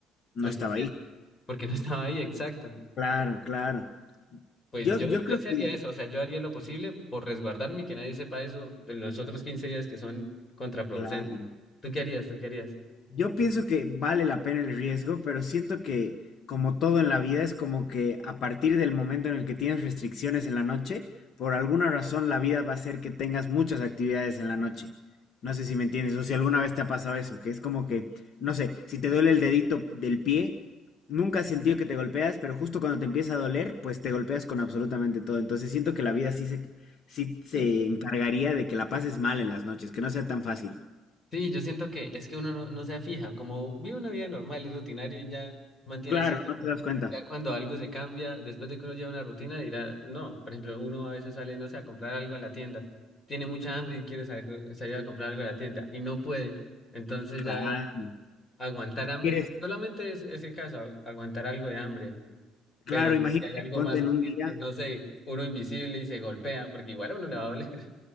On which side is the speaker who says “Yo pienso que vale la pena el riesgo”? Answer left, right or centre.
Left